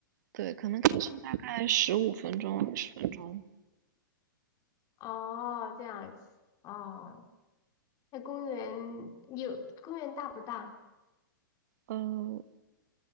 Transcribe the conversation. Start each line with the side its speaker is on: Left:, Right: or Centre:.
Right: 对，可能开车大概十五分钟、二十分钟。
Left: 哦，这样子，哦。那公园有公园大不大？
Right: 呃，